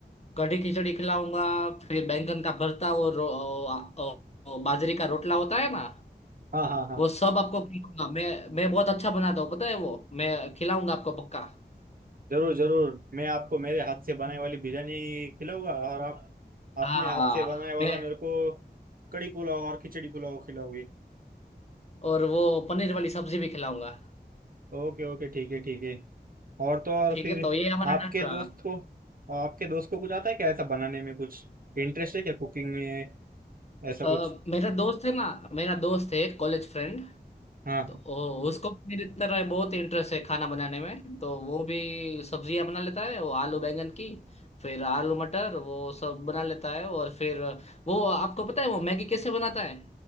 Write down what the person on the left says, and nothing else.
कढ़ी खिचड़ी खिलाऊंगा फिर बैंगन का भरता और रो- ओ- ओ- बाजरे का रोटला होता है ना
वो सब आपको खिलाऊंगा मैं मैं बहुत अच्छा बनाता हूँ पता है वो मैं खिलाऊंगा आपको पक्का
हाँ
मैं
और वो पनीर वाली सब्जी भी खिलाऊंगा
ठीक
है तो ये हमारा
डन रहा
अ,
मेरा दोस्त है ना मेरा दोस्त है कॉलेज फ्रेंड
तो ओ, उसको भी मेरी तरह बहुत इंटरेस्ट है खाना बनाने में तो वो भी सब्जियां बना लेता है वो आलू बैंगन की फिर आलू मटर वो सब बना लेता है और फिर वो आपको पता है वो मैगी कैसे बनाता है